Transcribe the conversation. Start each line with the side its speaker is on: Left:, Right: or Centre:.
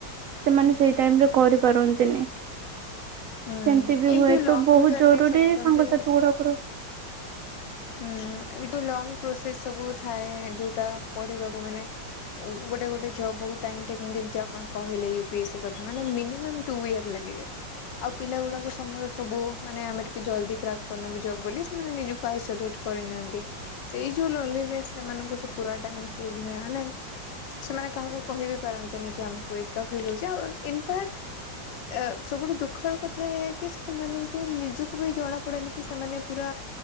Right: ସେମାନେ ସେଇ ଟାଇମରେ କରିପାରନ୍ତିନି।
Left: ହୁଁ
Right: ଏମତିବି ହୁଏ
Left: ଏଇ ଯୋଉ ଲଙ୍ଗ
Right: ତ ବହୁତ
Left: ଜର୍ଣ୍ଣି
Right: ଜରୁରୀ
Left: ସବୁ ଏମତି
Right: ସାଙ୍ଗସାଥି ଗୁଡାକର
Left: ହୁଁ ଏ ଯୁ ଲଙ୍ଗ ପ୍ରସେସ ସବୁ ଥାଏ ଯୋଉଟା ପଢିବାକୁ ମାନେ ଗୋଟେ ଗୋଟେ ଜବ୍ ବହୁତ ଟାଇମ୍ ଟେକିଂ ଯେମିତି ଆପଣ କହିଲେ ୟୁପିଏ ସି କଥା ମାନେ ମିନିମମ୍ ଟୁ ଇୟର ଲାଗିବେ। ଆଉ ପିଲା ଗୁଡାକ ସମୟ ସବୁ ମାନେ ଆମେ ଟିକେ ଜଲଦି କ୍ରାକ୍ କରିନବୁ ଜବ ବୋଲି ସେମାନେ ନିଜକୁ ହାୟ ତ ଡିଟ କରିନିଅନ୍ତି ସେ ଯୋଉ ଲଲି ରେସ୍ ସେମାନଙ୍କୁ ସେଇ ପୁରା ଟା ହିଁ ଫିଲ ହୁଏ ମାନେ ସେମାନେ କାହାକୁ କହିହିବି ପାରନ୍ତିନି କି ଆମକୁ ଏକା ଫିଲ ହଉଛି ଆଉ ଇମ୍ଫାକ୍ଟ ଏ ସବୁଠୁ ଦୁଃଖର କଥା ଏଇ କି ସେମାନଙ୍କୁ ନିଜକୁ ବି ଜଣା ପଡେନି କି ସେମାନେ ପୁରା